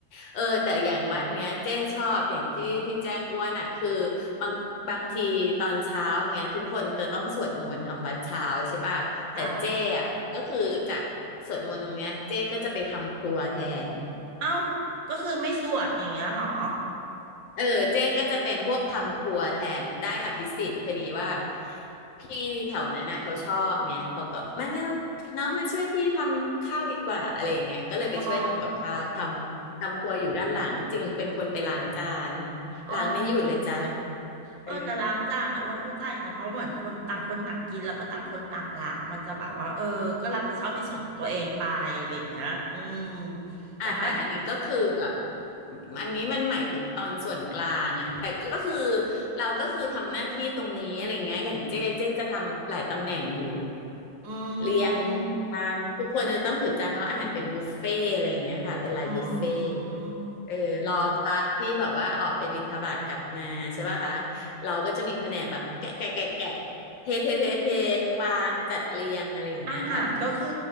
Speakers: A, on the left; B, on the right.
A: เออแต่อย่างวัดเนี้ยเจ้ชอบอย่างที่ที่แจ้งอ้วนอ่ะคือบางบางทีตอนเช้าเงี้ยทุกคนจะต้องสวดมนต์ทำวัดเช้าใช่ป่ะแต่เจ้อ่ะก็คือจากสวดมนต์ตรงเนี้ยเจ้ก็จะไปทำครัวแทน
B: ใช่เอ้าก็คือไม่สวดอย่างเงี้ยเหรอ
A: เออเจ๊ก็จะเป็นพวกทำครัวแทนได้อภิสิทธิ์พอดีว่าพี่แถวนั้นน่ะเขาชอบเนี่ยเขาก็มาเร็วน้องมาช่วยพี่ทำข้าวดีกว่าอะไรอย่างเงี้ยก็เลยไปช่วยทำกับข้าวทำทำครัวอยู่ด้านหลังจริงเป็นคนไปล้างจาน
B: อ๋อ อ๋อ
A: ล้างไม่หยุดเลยจ้ะ
B: เออแต่ล้างจานอ่ะอ้วนเข้าใจนะเพราะเหมือนคนต่างคนต่างกินแล้วก็ต่างคนต่างล้างมันจะแบบว่าเออก็รับผิดชอบในส่วนของตัวเองไปอะไรอย่างเงี้ยอืม
A: เอออ่ะแต่อันนี้ก็คือแบบ
B: แต่ถ้า
A: อันนี้มันหมายถึงตอนส่วนกลางอ่ะแต่ก็คือเราก็คือทำหน้าที่ตรงนี้อะไรเงี้ยอย่างเจ๊เจ๊จะทำหลายตำแหน่งอยู่
B: อื
A: เรียง
B: ม
A: จานทุกคนจะต้องถือจานเพราะอาหารเป็นบุฟเฟ่ต์อะไรอย่างเงี้ยค่ะเป็นลายบุฟเฟ่ต์
B: อืม
A: เออรอพระที่แบบว่าออกไปบิณฑบาตกลับมาใช่ป่ะคะเราก็จะมีแผนกแบบแกะแกะแกะแกะเทเทเทเทวางจัดเรียงอะไรอย่างเงี้ยค่ะ
B: อาหารก็คือ